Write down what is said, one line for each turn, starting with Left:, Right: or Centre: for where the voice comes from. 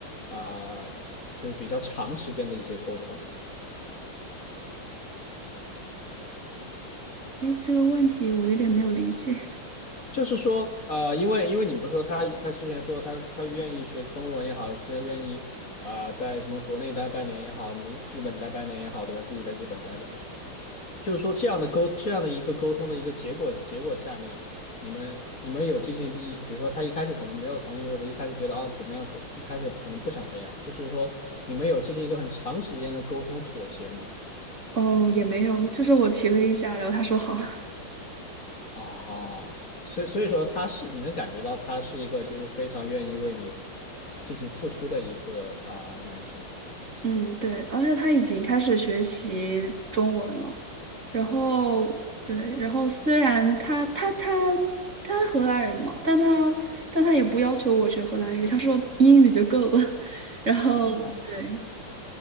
Left: 啊、呃就是比较长时间的一些沟通？
Right: 哎，这个问题我有点没有理解。
Left: 就是说，呃，因为因为你不是说他他之前说他他愿意学中文也好，是愿意啊、呃在什么国内待半年也好，日本待半年也好，对吧？自己在日本待着。就是说这样的沟这样的一个沟通的一个结果结果下面，你们你们有进行一，比如说他一开始可能没有同意，或者一开始觉得啊怎么样子，一开始可能不想这样，就是说你们有进行一个很长时间的沟通妥协吗？
Right: 哦，也没有，就是我提了一下，然后他说好。<laughs>
Left: 哦，所以所以说他是你能感觉到他是一个就是非常愿意为你进行付出的一个啊、呃男生。
Right: 嗯，对，而且他已经开始学习中文了，然后对，然后虽然他他他他荷兰人嘛，但他但他也不要求我学荷兰语，他说英语就够了，<laughs> 然后对
Left: 哦，